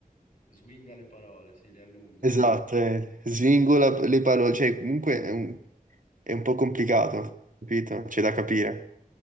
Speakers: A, on the left (about 65°); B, on the right (about 65°).
A: swinga le parole, sì, le allunga.
B: Esatto, eh. Svingola le parole, cioè comunque è un, è un po' complicato, capito? C'è da capire.